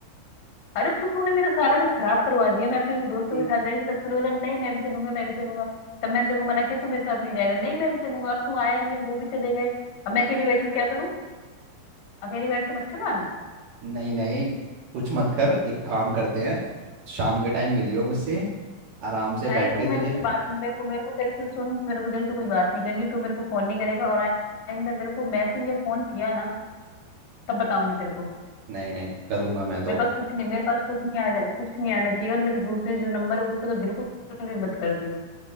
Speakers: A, on the left; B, on the right.
A: अरे तू तूने मेरा सारा कुछ खराब करवा दिया मैं अपने जो दोस्तों
B: कि-
A: के साथ जा रही थी तब तूने बोला नहीं मैं भी चलूंगा मैं भी चलूंगा तब मैंने तेरे को मना किया तू मेरे साथ नहीं जाएगा नहीं मैं भी चलूंगा अब तू आया नहीं है वो भी चले गए अब मैं अकेली बैठी हूँ क्या करूँ अकेली बैठ के मच्छर मारूं
B: नहीं नहीं कुछ मत कर एक काम करते हैं शाम के टाइम मिलियो मुझसे आराम से
A: भाई
B: बैठ
A: तू
B: के तुझे
A: मेरे से बात मेरे को मेरे को तेरे से सुन मेरे को तेरे से कोई बात नहीं करनी तू मेरे को फोन नहीं करेगा और आइंदा मेरे को मैसेज या फोन किया ना तब बताऊंगी तेरे को
B: नहीं नहीं करूंगा मैं तो
A: मेरे पास कुछ नहीं मेरे पास कुछ नहीं आ कुछ नहीं आना चाहिए और मेरे दूसरे जो नंबर है उस पे तो बिल्कुल भी मत कर दियो